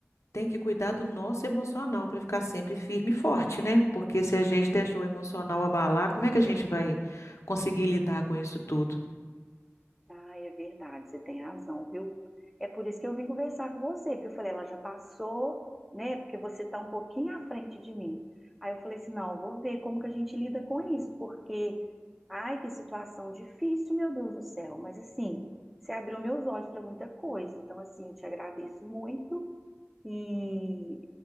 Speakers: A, on the left; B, in the centre.
A: tem que cuidar do nosso emocional para ficar sempre firme e forte, né? Porque se a gente deixou o emocional abalar, como é que a gente vai conseguir lidar com isso tudo?
B: Ah, é verdade, você tem razão, viu? É por isso que eu vim conversar com você, porque eu falei, ela já passou, né? Porque você está um pouquinho à frente de mim. Aí eu falei assim, não, eu vou ver como que a gente lida com isso, porque, ai, que situação difícil, meu Deus do céu. Mas assim, você abriu meus olhos para muita coisa, então assim, eu te agradeço muito e